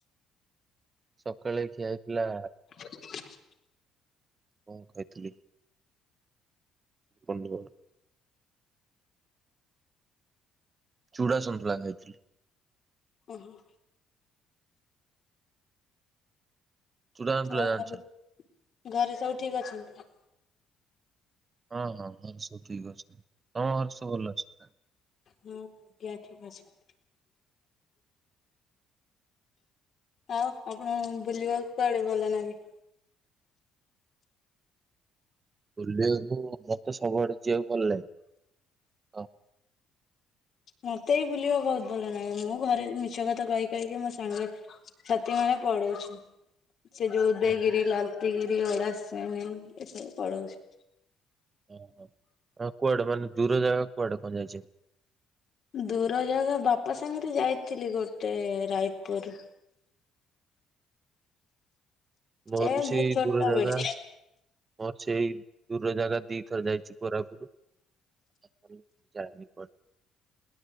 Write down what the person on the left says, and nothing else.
<inaudible>
ଓହୋ।
ଆଉ
ଘରେ -ଘରେ
ସବୁ ଠିକ୍ ଅଛନ୍ତି?
ହଁ ଆଜ୍ଞ୍ ଠିକୁ ଅଛନ୍ତି। ଆଉ ଆପଣଙ୍କୁ ବୁଲିବାକୁ କୁଆଡେ ଭଲ ନାଗେ?
ମତେ ବି ବୁଲିବାକୁ ବହୁତ୍ ଭଲ ନାଗେ ମୁଁ ଘରେ ମିଛ କଥା କହି କହିକି ମୋ ସାଙ୍ଗରେ ସାଥିୀ ମାନେ ପଳେଉଛୁ। ସେ ଯଉ ଉଦୟଗିରି,
ଲଲ୍ତିଗିରି, ଓଳାସେଣି ଏସବୁ ପଳଉଚୁ।
ଦୂର ଜାଗା ବାପା ସାଙ୍ଗେରେ ଯାଇଥିଲି ଗୋଟେ ରାୟପୁର୍।
ଏ
ବହୁତ ଛୋଟ
ବେଳେ